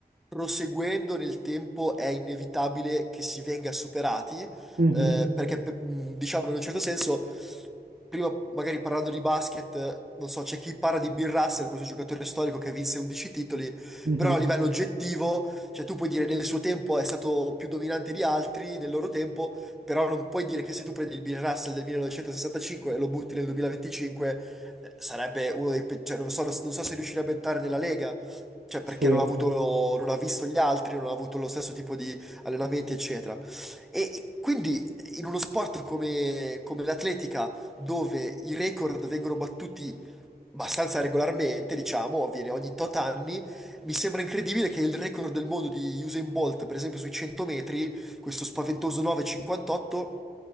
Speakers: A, in the centre; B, on the right.
A: proseguendo nel tempo è inevitabile che si venga superati, eh,
B: Mhm.
A: perché, pe- mh, diciamo, in un certo senso prima magari parlando di basket, non so, c'è chi parla di Bill Russell, questo giocatore storico che vinse 11 titoli,
B: Mhm.
A: però a livello oggettivo, cioè tu puoi dire nel suo tempo è stato più dominante di altri, nel loro tempo, però non puoi dire che se tu prendi il Bill Russell del 1965 e lo butti nel 2025, eh, sarebbe uno dei... pe- Cioè, non so, non so se riuscirebbe a entrare nella Lega, cioè perché
B: Sì.
A: non ha avuto, non ha visto gli altri, non ha avuto lo stesso tipo di allenamenti, eccetera. E quindi in uno sport come come l'atletica, dove i record vengono battuti abbastanza regolarmente, diciamo, avviene ogni tot anni. Mi sembra incredibile che il record del mondo di Usain Bolt, per esempio sui 100 metri, questo spaventoso 9,58,